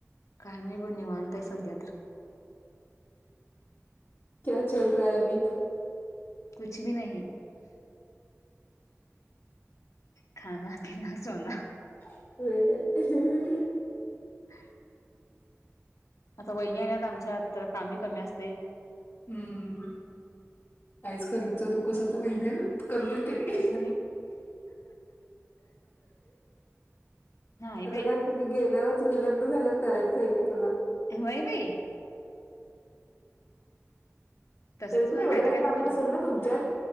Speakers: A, on the left; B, on the left.
A: काही नाही ब निवतय सध्या तर
B: क चल रहाय अभी
A: कुछ भी नाही खाना पिना सोना
B: हो ग
A: ह आता वहिणी आल्यात आमच्यात तर काम बी कमी असते
B: हम्म काहीच करूच नकोसता महिन्या करू देत त्यांनी
A: होय होय नाही
B: आता
A: बाई
B: काय गेल्यावर तुझ्याला झाल्या करायच आहे की तुला
A: वई भ तसच
B: तरी पण एवढं
A: कायच काय
B: काम
A: तर कर
B: नसेल ना तुमच्यात